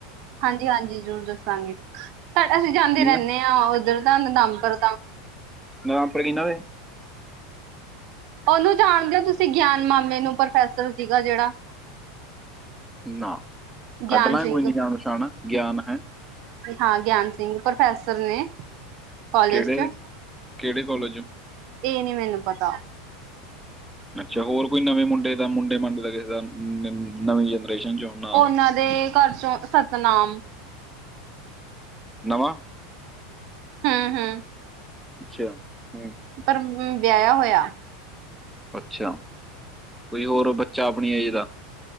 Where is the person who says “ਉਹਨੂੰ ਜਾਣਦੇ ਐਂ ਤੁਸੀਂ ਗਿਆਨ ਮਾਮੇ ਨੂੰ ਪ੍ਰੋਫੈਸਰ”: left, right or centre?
Right